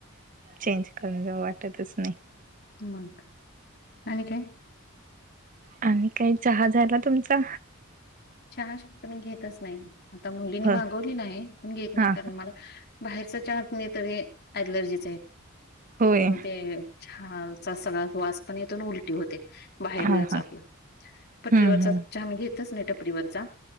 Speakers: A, on the right; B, on the left.
A: चेंज करून जाऊ वाटतचं नाही.
B: मग आणि काय?
A: आणि काही. चहा झाला तुमचा?
B: चहा शकतो मी घेतच नाही आता मुलींनी
A: होय
B: मागवलेला आहे पण घेत नाही
A: हा
B: कारण
A: हा
B: मला, बाहेरचा चहा पिलं तरी अलर्जीचत आहे
A: होय
B: पूर्ण ते, चहाचा सगळाचं वास पण येतो उलटी होते बाहेर
A: हा
B: चां
A: हा
B: आपला. पटरीवरचा
A: हम्म हम्म
B: चहा मी घेतच नाही टपरीवरचा.